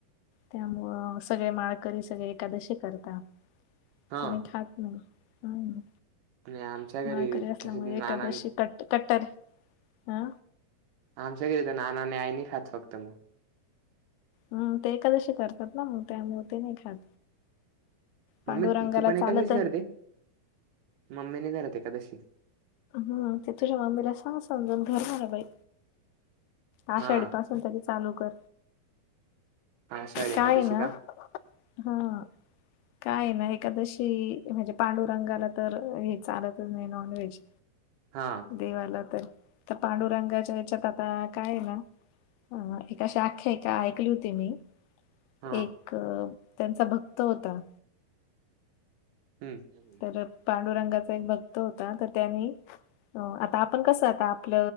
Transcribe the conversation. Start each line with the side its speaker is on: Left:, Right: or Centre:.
Left: त्यामुळ सगळे माळकरी सगळे एकादशी करतात.
Right: हा
Left: कोणी खात नाही.
Right: आणि आमच्या
Left: माळकरी
Right: घरी
Left: असल्यामुळे
Right: तसे नाना
Left: एकादशी कट कट्टर ह
Right: आमच्याघरी तर नाना आणि आई नाही खात फक्त मग.
Left: हम्म ते एकादशी करतात ना मग त्यामुळे ते नाही खात.
Right: मम्मी
Left: पांडुरंगाला
Right: तू पण एकादशी
Left: चालत
Right: धरते. मम्मी नाही धरत एकादशी.
Left: हा ते तुझ्या मम्मीला सांग समजून धर म्हणा बाई. आषाढी
Right: हा
Left: पाासून तरी चालू कर.
Right: आषाढी एकादशी
Left: काय हे ना
Right: का
Left: हा काय आहे ना एकादशी म्हणजे पांडुरंगाला तर हे चालतच नाही नॉनव्हेज.
Right: हा
Left: देवाला तर त्या पांडुरंगाच्या ह्याच्यात आता काय आहे ना एक अशी आख्यायिका ऐकली होती मी.
Right: हा
Left: एक त्यांचा भक्त होता
Right: हम्म
Left: तर पांडुरंगाचा एक भक्त होता. तर त्यानी आता आपण कस आता आपल